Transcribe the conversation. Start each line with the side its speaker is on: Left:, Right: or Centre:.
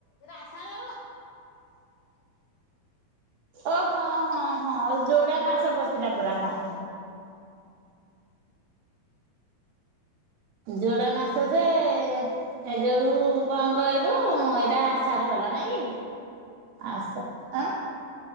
Left: ଏଟା ଆଷାଡ ର
Right: ଓହଁ ହଁ ହଁ ଯୋଡା ମାସ ପଶିଲା ପରା ହଁ ଯୋଡା ମାସ ଯେ ଏ ଯୋଉ କଣ କହିଲୁ
Left: ଆର ମାସଠୁ
Right: ଏଇଟା
Left: ପଶିବ।
Right: ଆଶାଡ ହେଲା ନାଇଁ ଆସ ଆ